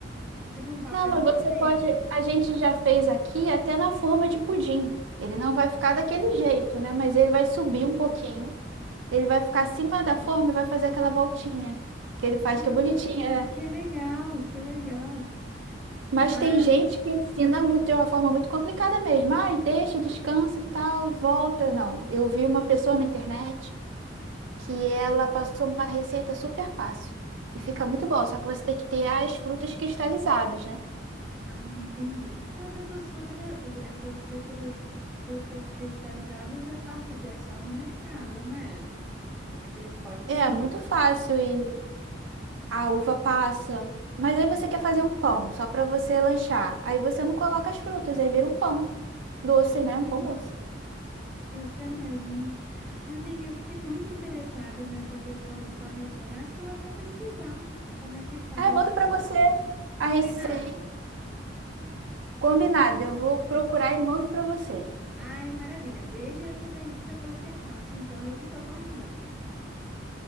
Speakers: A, in the centre; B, on the right (about 80°).
A: Tipo um papel
B: Não, mas
A: manteiga.
B: você pode. A gente já fez aqui até na forma de pudim. Ele não vai ficar daquele jeito, né? Mas ele vai subir um pouquinho. Ele vai ficar acima da forma e vai fazer aquela voltinha que ele faz,
A: Ah,
B: que é bonitinha, né?
A: que legal, que legal.
B: Mas
A: Ah,
B: tem gente que ensina muito, de uma forma muito complicada mesmo. Ai, deixa, descansa e tal, e volta. Não. Eu vi uma pessoa na internet que ela passou uma receita super fácil. E fica muito bom, só que você tem que ter as frutas cristalizadas, né?
A: ah, entendi. Mas essas frutas, essas frutas, frutas cristalizadas é fácil de achar no mercado, né? Aqueles potinhos.
B: É, muito fácil e a uva passa. Mas aí você quer fazer um pão só para você lanchar. Aí você não coloca as frutas, aí vira um pão doce, né? Um
A: Hum,
B: pão doce.
A: Fica mesmo. Ravine, eu fiquei muito interessada nessa questão do panetone. Eu acho que eu vou até pesquisar como é que faz.
B: Aí eu mando para você a
A: Combinado?
B: receita combinada. Eu vou procurar e mando para você.
A: Ai, maravilha. Veja essa daí que você falou que é fácil, então eu fico aguardando.